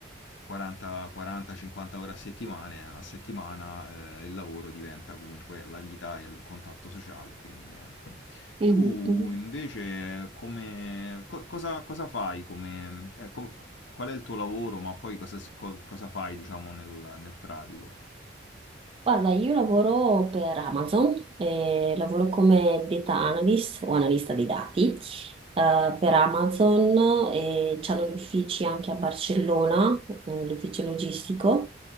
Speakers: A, on the left; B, on the right.
A: 40, 40, 50 ore a settimana, a settimana eh, il lavoro diventa comunque la vita e il contatto sociale, quindi niente.
B: Mhm,
A: Tu
B: mhm.
A: invece come co- cosa, cosa fai come, eh, co- qual è il tuo lavoro, ma poi cosa, si- co- cosa fai, diciamo, nel, nel pratico?
B: Guarda, io lavoro per Amazon, eh, lavoro come data analyst o analista dei dati eh, per Amazon e c'hanno gli uffici anche a Barcellona, eh, l'ufficio logistico.